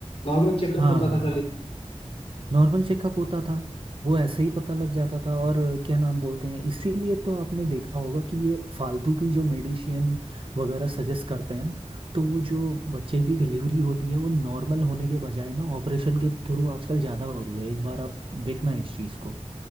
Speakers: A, on the left; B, on the right.
A: नॉर्मल चेकअप
B: हाँ
A: होता
B: हाँ
A: था खाली
B: हाँ नॉर्मल चेकअप होता था वो ऐसे ही पता लग जाता था और क्या नाम बोलते हैं इसीलिए तो आपने देखा होगा कि ये फालतू की जो मेडिसिन वगैरह सजेस्ट करते हैं ना तो वो जो बच्चे की डिलीवरी होती है वो नॉर्मल होने के बजाय ना ऑपरेशन के थ्रू आजकल ज़्यादा हो रही है एक बार आप देखना इस चीज़ को